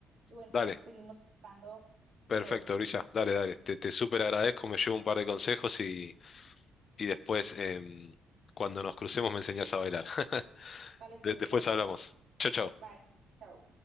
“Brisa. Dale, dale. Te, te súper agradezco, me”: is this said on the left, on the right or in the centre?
Left